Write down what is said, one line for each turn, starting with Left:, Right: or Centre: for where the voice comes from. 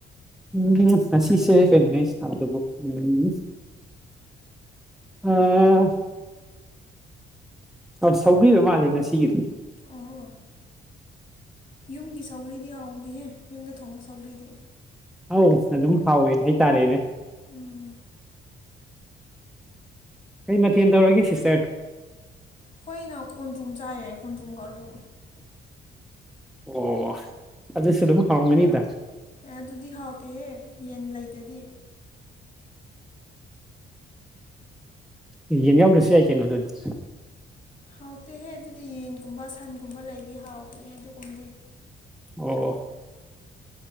Centre: ꯎꯝ ꯉꯁꯤꯁꯦ ꯀꯩꯅꯣꯅꯦ ꯑꯩꯅ ꯆꯥꯕꯗꯨꯕꯨ ꯎꯝ ꯑꯥ ꯑꯥ ꯁꯧꯒ꯭ꯔꯤ ꯑꯣꯏ ꯃꯥꯜꯂꯦ ꯉꯁꯤꯒꯤꯗꯣ
Left: ꯑꯣ ꯌꯨꯝꯒꯤ ꯁꯧꯒ꯭ꯔꯤꯗꯤ ꯍꯥꯎꯕꯅꯦꯍꯦ ꯌꯨꯝꯗ ꯊꯣꯡꯕ ꯁꯧꯒ꯭ꯔꯤꯗꯤ
Centre: ꯑꯧ ꯑꯗꯨꯝ ꯍꯥꯎꯋꯦ ꯍꯥꯏꯇꯥꯔꯦꯅꯦ
Left: ꯎꯝ
Centre: ꯀꯩ ꯃꯊꯦꯜ ꯇꯧꯔꯒꯦ ꯁꯤꯁꯇꯔ
Left: ꯑꯩꯈꯣꯏꯅ ꯈꯣꯟꯗ꯭ꯔꯨꯝ ꯆꯥꯏꯌꯦ ꯈꯣꯟꯗ꯭ꯔꯨꯝꯒ ꯑꯂꯨ
Centre: ꯑꯣ ꯑꯗꯨꯁꯨ ꯑꯗꯨꯝ ꯍꯥꯎꯔꯝꯒꯅꯤꯗ
Left: ꯑꯦ ꯑꯗꯨꯗꯤ ꯍꯥꯎꯇꯦꯍꯦ ꯌꯦꯟ ꯂꯩꯇꯗꯤ
Centre: ꯑꯦ ꯌꯦꯟ ꯌꯥꯎꯗ꯭ꯔꯁꯨ ꯌꯥꯏ ꯀꯩꯅꯣ ꯑꯗꯨꯗꯤ
Left: ꯍꯥꯎꯇꯦꯍꯦ ꯑꯗꯨꯗꯤ ꯌꯦꯟꯒꯨꯝꯕ ꯁꯟꯒꯨꯝꯕ ꯂꯩꯗꯤ ꯍꯥꯎꯕꯅꯦ ꯑꯗꯨꯒꯨꯝꯕꯗꯤ
Centre: ꯑꯣ